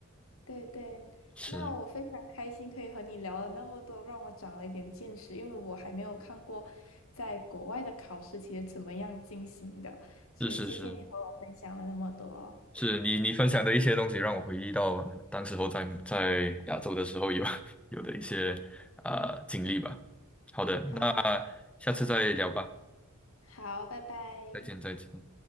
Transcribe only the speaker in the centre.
是
是是是是，你你分享的一些东西让我回忆到呃当时候在在亚洲的时候有 <laughs> 有的一些啊、呃经历吧。好的，
那下次再聊吧，
再见再见。